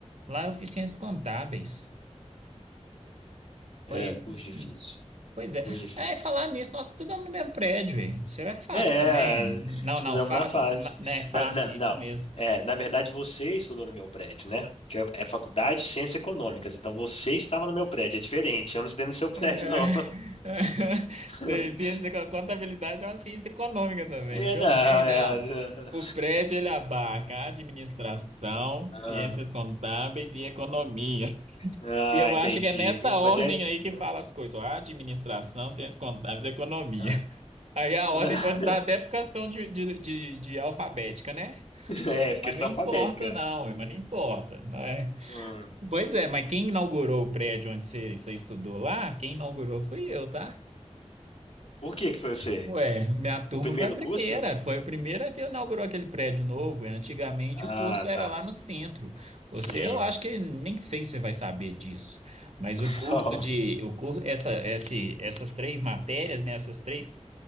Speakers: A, on the right; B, on the left.
A: Lá eu fiz ciências contábeis.
B: É,
A: Foi,
B: curso difícil.
A: pois é.
B: Curso difícil.
A: É, falar nisso, nós estudamos no mesmo prédio, velho. O seu é fácil
B: É,
A: também, velho. Não,
B: estudamos
A: não, fa,
B: na fase.
A: na- né, é fácil,
B: Na- na- não,
A: isso mesmo.
B: é, na verdade você estudou no meu prédio, né? Que é é faculdade de ciências econômicas, então você estava no meu prédio, é diferente, eu não estudei no seu prédio,
A: É,
B: não.
A: <laughs> Ci-
B: <laughs>
A: Ciência, da contabilidade é uma ciência econômica também,
B: É,
A: viu?
B: não,
A: Não vem,
B: é.
A: não. O prédio, ele abarca administração,
B: é,
A: ciências
B: é.
A: contábeis e economia.
B: Ah,
A: E eu
B: entendi,
A: acho que é nessa
B: viu?
A: ordem
B: Mas é.
A: aí que
B: né?
A: fala as coisas, ó, administração, ciências contábeis e economia.
B: Ah,
A: Aí a
B: não.
A: ordem pode estar até por questão de, de, de, de alfabética, né?
B: <laughs> É, porque
A: Mas
B: questão
A: não importa,
B: alfabética.
A: não, mas não importa, não é?
B: Hum.
A: Pois é, mas quem inaugurou o prédio onde você, você estudou lá, quem inaugurou fui eu, tá?
B: Por que que foi você?
A: Ué, minha turma
B: O primeiro
A: foi a primeira,
B: curso?
A: foi a primeira que inaugurou aquele prédio novo. e Antigamente
B: Ah,
A: o curso era
B: tá.
A: lá no centro.
B: Sim.
A: Você, eu acho que nem sei se você vai saber disso, mas
B: <laughs>
A: o curso de, o curso, essa, esse, essas três matérias, né, essas três